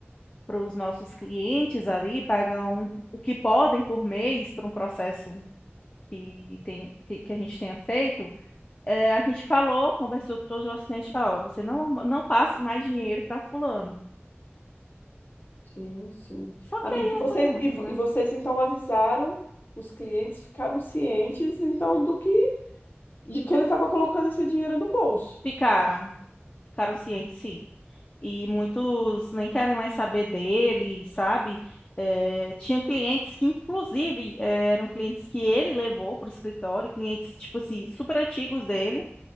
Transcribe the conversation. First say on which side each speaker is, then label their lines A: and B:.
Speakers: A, on the left (about 30°); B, on the left (about 50°).
A: para os nossos clientes ali, pagam o que podem por mês para um processo que, tem, que, que a gente tenha feito. É, a gente falou, conversou com todos os nossos clientes, falou, "Ó, você não, não passe mais dinheiro para fulano.
B: Sim, sim.
A: Só
B: Amiga,
A: que aí
B: e, você,
A: foi muito,
B: e, vo-
A: né?
B: e vocês então avisaram, os clientes ficaram cientes então do que de que ele estava colocando esse dinheiro no bolso.
A: Ficaram, ficaram cientes, sim. E muitos nem querem mais saber dele, sabe? É, tinha clientes que, inclusive, é, eram clientes que ele levou para o escritório, clientes, tipo assim, super antigos dele,